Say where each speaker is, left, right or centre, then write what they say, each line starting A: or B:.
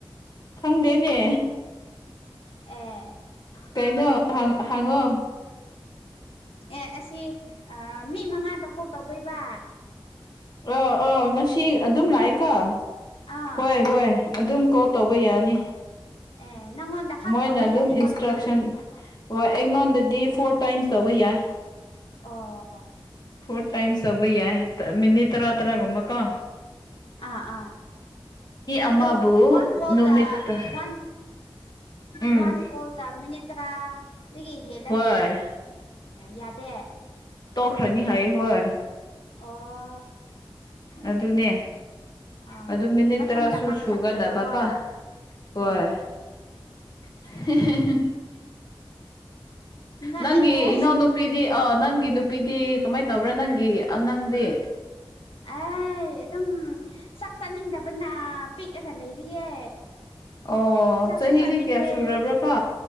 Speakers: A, on the left; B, on the left.
A: ꯈꯪꯗꯦꯅꯦ
B: ꯑꯦ
A: ꯀꯩꯅꯣ ꯍꯪꯉꯣ
B: ꯑꯦ ꯑꯁꯤ ꯑ ꯃꯤ ꯃꯉꯥꯗ ꯀꯣꯜ ꯇꯧꯗꯣꯏꯕ
A: ꯑꯥ ꯑꯥ ꯉꯁꯤ ꯑꯗꯨꯝ ꯂꯥꯛꯑꯦꯀꯣ
B: ꯑꯥ
A: ꯍꯣꯏ ꯍꯣꯏ ꯑꯗꯨꯝ ꯀꯣꯜ ꯇꯧꯕ ꯌꯥꯅꯤ
B: ꯑꯦ ꯅꯪꯉꯣꯟꯗ ꯈꯥꯛ
A: ꯃꯣꯏꯅ
B: ꯇꯧꯕ
A: ꯑꯗꯨꯝ
B: ꯌꯥꯗꯦꯀꯣ
A: ꯏꯟꯁꯇ꯭ꯔꯛꯁꯟ
B: ꯑꯗꯨꯗꯤ
A: ꯍꯣꯏ ꯑꯩꯉꯣꯟꯗꯗꯤ ꯐꯣꯔ ꯇꯥꯏꯝꯁ ꯇꯧꯕ ꯌꯥꯏ
B: ꯑꯣ
A: ꯐꯣ꯭ꯔꯠ
B: ꯑꯦ
A: ꯇꯥꯏꯝꯁ ꯇꯧꯕ ꯌꯥꯏ ꯃꯤꯅꯤꯠ ꯇꯔ ꯇꯔꯒꯨꯝꯕꯀꯣ
B: ꯑꯥ ꯑꯥ
A: ꯑꯃꯕꯨ
B: ꯑꯗꯣ ꯋꯥꯟ ꯀꯣꯜꯗ
A: ꯅꯨꯃꯤꯠꯇ
B: ꯋꯥꯟ
A: ꯎꯝ
B: ꯋꯥꯟ ꯀꯣꯜ ꯇ ꯃꯤꯅꯤꯠ ꯇꯔꯥ ꯗꯒꯤ ꯍꯦꯜꯂꯗꯤ
A: ꯍꯣꯏ
B: ꯌꯥꯗꯦ
A: ꯇꯣꯈ꯭ꯔꯅꯤ ꯍꯥꯏꯌꯦ ꯍꯣꯏ
B: ꯑꯣ
A: ꯑꯗꯨꯅꯦ
B: ꯑꯥ
A: ꯑꯗꯨ ꯃꯤꯅꯤꯠ
B: ꯃꯊꯟꯇ
A: ꯇꯔꯥꯁꯨ
B: ꯀꯛꯊꯠꯇꯣꯏꯕꯀꯣ
A: ꯁꯨꯒꯗꯕꯀꯣ ꯍꯣꯏ
B: ꯑꯦ
A: <unintelligible>
B: ꯉꯛꯑꯦꯍꯦ
A: ꯅꯪꯒꯤ ꯏꯅꯥꯎ ꯅꯨꯄꯤꯗꯤ ꯑ ꯅꯪꯒꯤ ꯅꯨꯄꯤ ꯅꯨꯄꯤꯗꯤ ꯀꯃꯥꯏꯅ ꯇꯧꯕ꯭ꯔꯥ ꯅꯪꯒꯤ ꯑꯉꯥꯡꯗꯤ
B: ꯑꯩ ꯑꯗꯨꯝ ꯆꯥꯛ ꯆꯅꯤꯡꯗꯕꯅ ꯄꯤꯛꯑꯒ ꯂꯩꯔꯤꯌꯦ
A: ꯑꯣ
B: ꯆꯥꯛꯁꯨ
A: ꯆꯍꯤꯗꯤ
B: ꯆꯥꯅꯤꯡꯗꯦ
A: ꯀꯌꯥ ꯁꯨꯔꯕ꯭ꯔꯥ ꯀꯣ